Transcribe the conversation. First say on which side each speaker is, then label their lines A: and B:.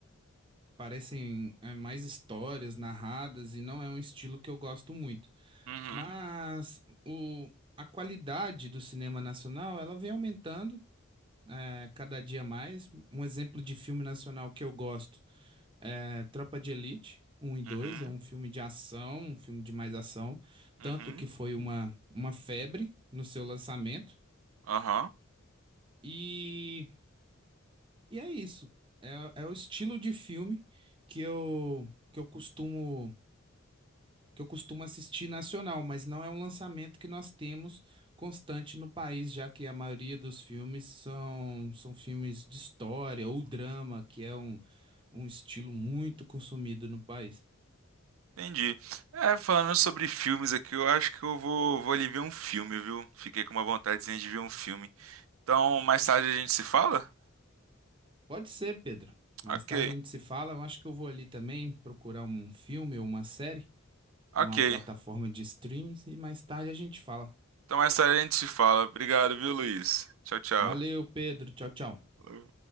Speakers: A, on the right (about 25°); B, on the right (about 75°).
A: parecem eh, mais histórias narradas e não é um estilo que eu gosto muito.
B: Uhum,
A: Mas o, a qualidade do cinema nacional ela vem aumentando eh, cada dia mais. Um exemplo de filme nacional que eu gosto. é, Tropa de Elite 1 e 2,
B: uhum,
A: é um filme de ação, um filme de mais ação,
B: uhum,
A: tanto que foi uma, uma febre no seu lançamento.
B: aham,
A: E, e é isso. É, é o estilo de filme que eu, que eu costumo que eu costumo assistir nacional, mas não é um lançamento que nós temos constante no país, já que a maioria dos filmes são, são filmes de história ou drama, que é um, um estilo muito consumido no país.
B: entendi. É, falando sobre filmes aqui, eu acho que eu vou, vou ali ver um filme, viu? Fiquei com uma vontadezinha de ver um filme. Então, mais tarde a gente se fala?
A: Pode ser, Pedro. Mais
B: Ok.
A: tarde a gente se fala. Eu acho que eu vou ali também procurar um filme ou uma série
B: Ok.
A: numa plataforma de streams e mais tarde a gente fala.
B: Então mais tarde a gente se fala. Obrigado, viu, Luiz? Tchau, tchau.
A: Valeu, Pedro. Tchau, tchau.
B: Falou.